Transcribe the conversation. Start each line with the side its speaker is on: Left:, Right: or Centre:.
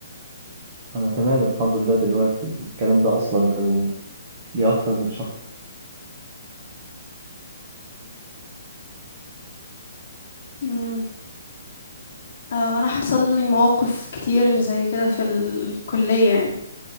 Right: أنا تمام الحمد لله دلوقتي الكلام ده أصلا كان ليه أكتر من شهر
Left: مم. اه وانا حصل لي مواقف كتير زي كده في الكلية يعني